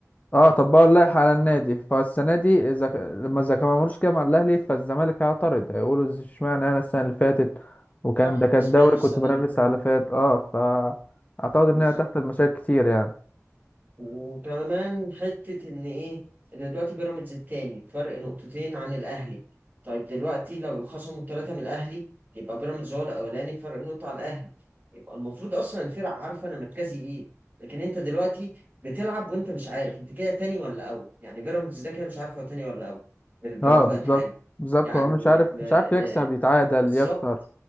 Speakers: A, on the left; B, on the right.
A: اه طبقوا اللائحة على النادي فالسنة دي إذا ك- لما إذا ما عملوش كده مع الأهلي فالزمالك هيعترض هيقولوا إز- اشمعنى أنا السنة اللي فاتت وكان
B: صح
A: ده كان
B: سمعنا
A: دوري
B: السنه
A: كنت بنافس
B: اللي فاتت
A: على اللي فات اه فأعتقد إن
B: بالظبط
A: هي تحت المشاكل كتير يعني
B: وكمان حتة إن إيه إن دلوقتي بيراميدز التاني فرق نقطتين عن الأهلي طيب دلوقتي لو خصموا التلاتة من الأهلي يبقى بيراميدز هو الأولاني بفرق نقطة على الأهلي يبقى المفروض أصلا الفرق عارفة أنا مركزي إيه لكن أنت دلوقتي بتلعب وأنت مش عارف أنت كده تاني ولا أول يعني بيراميدز ده كده مش عارف هو تاني ولا أول بال- بالوضع
A: اه بالظبط
B: الحالي
A: بالظبط
B: يعني
A: هو مش عارف
B: م-
A: مش عارف يكسب
B: آه،
A: يتعادل
B: بالظبط
A: يخسر